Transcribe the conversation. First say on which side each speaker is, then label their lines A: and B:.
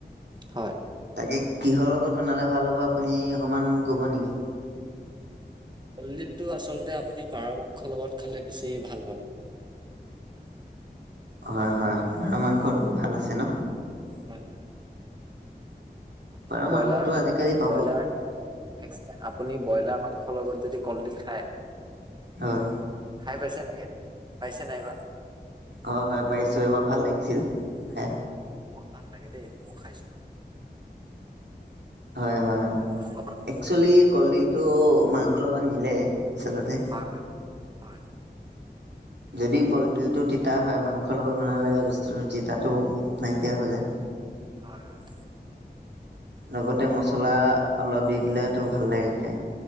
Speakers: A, on the right (about 25°); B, on the right (about 90°).
A: হয়।
B: তাকে কিহৰ লগত বনালে ভাল হ'ব, আপুনি অকমান ক'ব নেকি?
A: কলডিলটো আচলতে আপুনি পাৰ মাংস লগত খালে বেছি ভাল পাব।
B: হয়, হয়, পাৰ মাংসটো ভাল আছে ন!
A: হয়, হয়। আপুনি-ব্ৰইলাৰ
B: পাৰ মাংসটো
A: আপুনি-ব্ৰইলাৰ
B: আজিকালি পাব
A: একচেকেন্ড আপুনি ব্ৰইলাৰ মাংসৰ লগত যদি কলডিল খায়,
B: হয়।
A: খাই পাইছে এনেকে? পাইছে নাই বা?
B: অ', হয় পাৰিছো, এইবাৰ ভাল লাগিছিল। হে
A: অ', বহুত ভাল লাগে দেই, ময়ো খাইছোঁ। <inaudible>
B: হয়, হয়।
A: কিন্তু পাৰ মাংস
B: একচুৱেলি
A: হয়
B: কলডিলটো মাংস লগত মিলে, আচলতে
A: হয় হয়
B: যদি কলডিলটো তিতা হয় মাংসৰ লগত বনালে, বস্তুটো তিতাটো নাইকিয়া হৈ যায়।
A: হয়, হয়।
B: লগতে মছলা অলপ দি দিলেতো ভাল লাগে খাই।